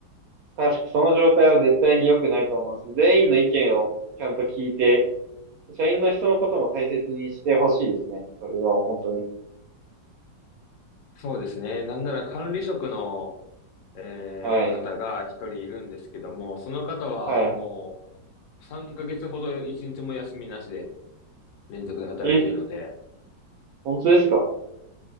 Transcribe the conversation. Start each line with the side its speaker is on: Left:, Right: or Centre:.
Right: 確かその状態は絶対に良くないと思うんです。全員の意見をちゃんと聞いて、社員の人のことも大切にしてほしいですね。それは本当に。
Left: そうですね。なんなら管理職の、えー方が一人いるんですけども、
Right: はい。
Left: その方はも
Right: は
Left: う3ヶ月ほど一日も休みなしで連続で働いているので、
Right: い。え、本当ですか